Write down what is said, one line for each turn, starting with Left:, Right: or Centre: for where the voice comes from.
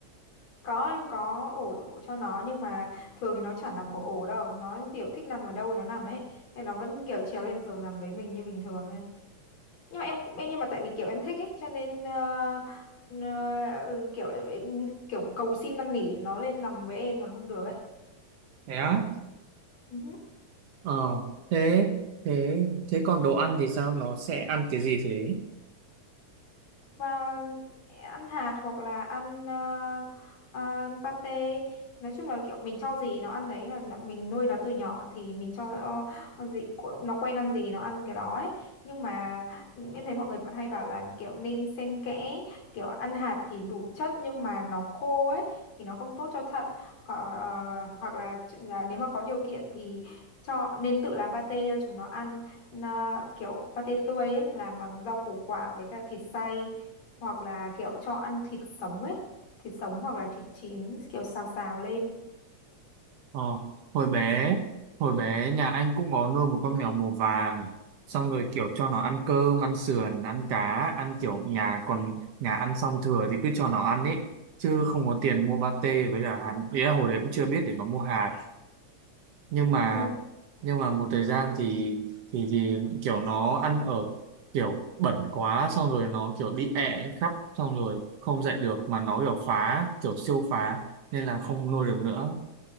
Left: Có em có ổ, ổ cho nó nhưng mà thường thì nó chả nằm ổ ổ đâu nó kiểu thích nằm ở đâu thì nó nằm ấy nên nó vẫn kiểu trèo lên giường nằm với mình như bình thường ấy nhưng mà em cũng nhưng mà tại vì kiểu em thích ấy cho nên ờ, ờ, kiểu em, em kiểu cầu xin năn nỉ nó lên nằm với em còn không được
Right: Thế á?
Left: ấy
Right: Ờ, thế thế thế còn đồ ăn thì sao? Nó sẽ ăn cái gì thế?
Left: và ăn hạt hoặc là ăn ờ, ờ, pate nói chung là kiểu mình cho gì nó ăn đấy mà nó- mình nuôi nó từ nhỏ thì mình cho nó gì nó quen ăn gì nó ăn cái đó ấy nhưng mà em thấy mọi người hay bảo là kiểu nên xen kẽ kiểu ăn hạt thì đủ chất nhưng mà nó khô ấy thì nó không tốt cho thận Có, ờ, hoặc là, ch- là nếu mà có điều kiện thì cho nên tự làm pate cho chúng nó ăn nó kiểu pate tươi ấy làm bằng rau củ quả với cả thịt xay hoặc là kiểu cho ăn thịt sống ấy thịt sống hoặc là thịt chín kiểu xào xào lên
Right: Ờ, hồi bé hồi bé nhà anh cũng có nuôi một con mèo màu vàng xong rồi kiểu cho nó ăn cơm ăn sườn ăn cá ăn kiểu nhà còn nhà ăn xong thừa thì cứ cho nó ăn ấy chứ không có tiền mua pate với cả hạt ý là hồi đấy cũng chưa biết để mà mua hạt nhưng mà
Left: Ừ.
Right: nhưng mà một thời gian thì thì thì kiểu nó ăn ở kiểu bẩn quá xong rồi nó kiểu đi ẹ khắp xong rồi không dạy được mà nó kiểu phá kiểu siêu phá nên là không nuôi được nữa